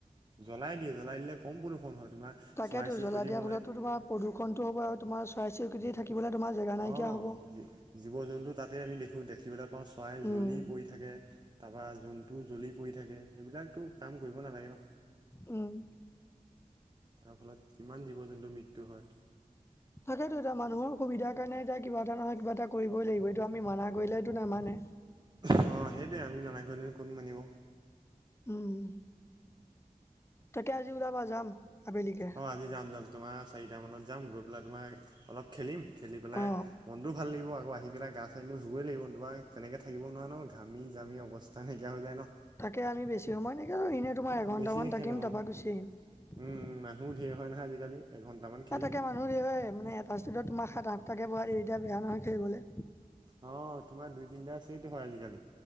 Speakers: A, on the right (about 30°); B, on the left (about 20°).
A: জ্বলাই দিয়ে জ্বলাই দিলে কম বৰষুণ হয়। তোমাৰ
B: তাকেতো
A: চৰাই চিৰিকটি
B: জ্বল দিয়া
A: মৰে
B: ফলতো তোমাৰ প্ৰূষণতো হব আৰু তোমাৰ চই চিৰতি থাকে। শিবলে তোমাৰ জেগা নাইকিয়া
A: অ
B: হ'ব।
A: জীৱ জন্তু তাতে আমি দেখোঁ দেখিবলৈ পাওঁ, চৰাই
B: উম
A: জ্বলি পৰি থাকে তাৰপৰা যোন টো, জ্বলি পৰি থাকে সেইবিলাকতো কাম কৰিব নালাগে ন।
B: উম।
A: তাৰ ফলত, কিমান জীৱ জন্তুৰ মৃত্যু হয়।
B: তাকেতেতো, এয়া মানুহৰ সুবিধাৰ কাৰণে এতিয়া কিবা এটা নহয় কিবা এটা কৰিবই লাগিব, এইটো আমি মাননা কৰিলেতো নামানে।
A: অ, সেইটোৱয়ে আমি নানাই কৰিলে কোন মানিব।
B: উম, তাকে আজি উলাবা যাম। আবেলিকে
A: অ, আজি যাম, যাম তোমাৰ চাৰিটা মানত যাম গৈ, পেলাই তোমাৰ অলপ খেলিম। খেলি পেলাই
B: অ
A: মনটো ভাল লাগিব আকৌ। আহি এইবিলাক গা চাননো ধুই লাগিব তোিবা তেনেকৈ থাকিব নোৱাৰে ন ঘামি জামি অৱস্থা নাইকিয়া হৈ যায় ন।
B: তাকে আমি বেছি সময় নকৰি আৰু এনেই তোমাৰ এঘণ্টামান
A: বেছি নেখেলোঁ
B: থাকিম
A: অঁ
B: তাৰপৰা গুচি আহিম।
A: উম মানুহো ধেৰ হয়, ন, আজিকালি এঘন্টামান খেলিম
B: তাকে মানুহ দ মানে এটা ষ্টেডত তোমাক সাত আঠটাকৈ বহ দে, এতিয়া বেয়া নহয় খেলিবলৈ।
A: অ, তোমাৰ দুই তিনিটা চেইটো হয়, আজিকালি